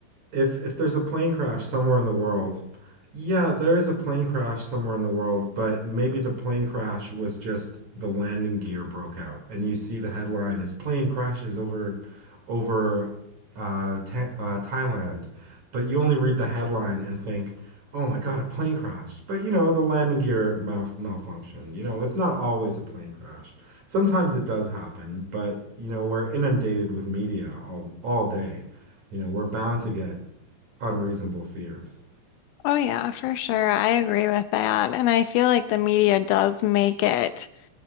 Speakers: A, on the right; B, on the left.
A: if if there's a plane crash somewhere in the world, yeah, there is a plane crash somewhere in the world, but maybe the plane crash was just the landing gear broke out, and you see the headline is plane crashes over over uh, Tha- uh, Thailand, but you only read the headline and think, oh my God, a plane crash. But you know, the landing gear mal- malfunction. You know, it's not always a plane crash. Sometimes it does happen, but you know, we're inundated with media all all day. You know, we're bound to get unreasonable fears.
B: Oh yeah, for sure. I agree with that. And I feel like the media does make it